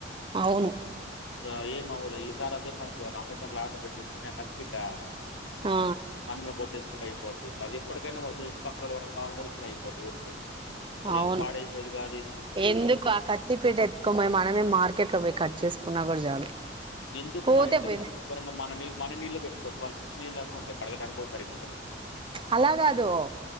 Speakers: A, on the right (about 25°); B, on the left (about 70°).
A: అవును
B: సొ ఏమవలె ఈసారి అదే పని చేయాలి అమెజాన్ లో ఆర్డర్ పెట్టేసుకుని ఆ కత్తి పీట
A: ఆ
B: మనమే కొట్టేసుకుంటే అయిపోద్ది అది ఎప్పటికైనా ఇటు పక్కల ఎవర <unintelligible> అయిపోది ఊరికే అదేమో
A: అవును
B: పాడైపోయిది కా
A: ఎందుకు ఆ కత్తిపేట ఎతుకొమయి మనమే మార్కెట్ లో పోయి కట్ చేసుకున్నా కూడా చాలు
B: ఎందుకు
A: పోతే
B: మన ఇంట్ల
A: పోయింది
B: తెచుకొని శుభ్రంగా మన మన నీళలో పెట్కోవచ్చ వాళ్ళకిిచ్చిన ఏం లన్న ఉంటయి కడగడానికి కూడా సరిగా ఉండదు
A: అలా కాదు